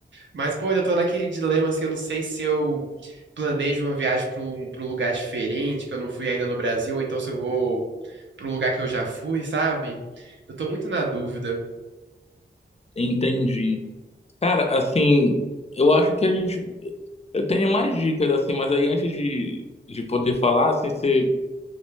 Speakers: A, on the right; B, on the left.
A: Mas, pô, eu tô naquele dilema, assim, eu não sei se eu planejo uma viagem pra um, pra um lugar diferente, que eu não fui ainda no Brasil, ou então se eu vou pra um lugar que eu já fui, sabe? Eu tô muito na dúvida.
B: entendi. Cara, assim, eu acho que a gente. Eu tenho mais dicas, assim, mas aí antes de, de poder falar, assim, você.